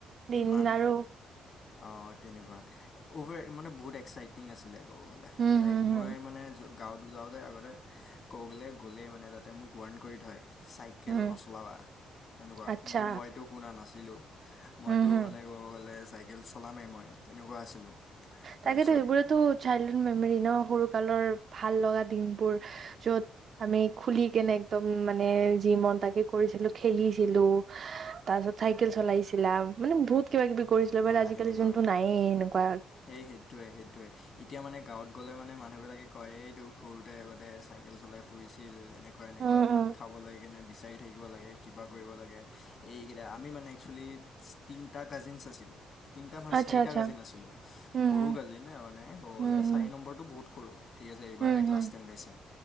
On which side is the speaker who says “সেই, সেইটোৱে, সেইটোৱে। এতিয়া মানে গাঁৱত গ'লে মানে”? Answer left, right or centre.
Left